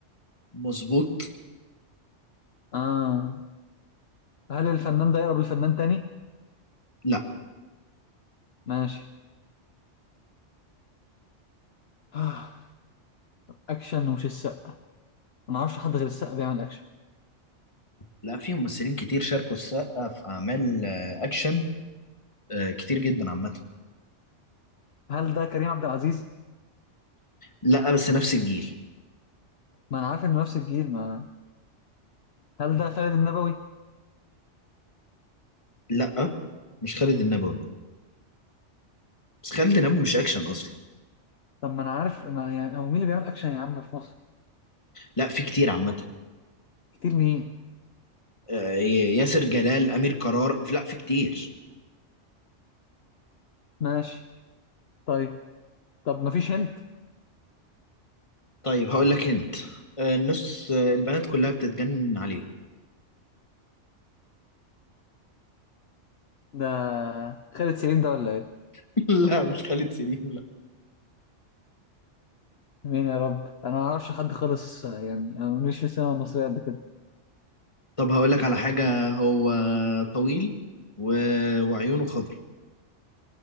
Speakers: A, on the left; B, on the left.
A: مظبوط
B: آه هل الفنان ده يقرب لفنان تاني؟
A: لا
B: ماشي <sighs> آه، أكشن ومش السقا ما أعرفش حد غير السقا بيعمل أكشن
A: لا في ممثلين كتير شاركوا السقا في اعمال آه، اكشن آه، كتير جدا عامه
B: هل ده كريم عبد العزيز؟
A: لا بس نفس الجيل
B: ما أنا عارف إنه نفس الجيل ما هل ده خالد النبوي؟
A: لا مش خالد النبوي بس خالد النبوي مش اكشن اصلا
B: طب ما أنا عارف ما يعني هو مين اللي بيعمل أكشن يا عم في مصر؟
A: لا في كتير عامه
B: كتير مين؟
A: آه، ي- ياسر جلال امير قرار لا في كتير
B: ماشي طيب طب مفيش هنت
A: طيب هقول لك انت آه، النص آه، البنات كلها بتتجنن عليه
B: ده خالد سليم ده ولا ايه
A: <laughs> لا مش خالد سليم لا
B: مين يا رب انا ما اعرفش حد خالص آه، يعني انا ماليش في السينما المصريه قد كده
A: طب هقول لك على حاجه هو طويل و... وعيونه خضرا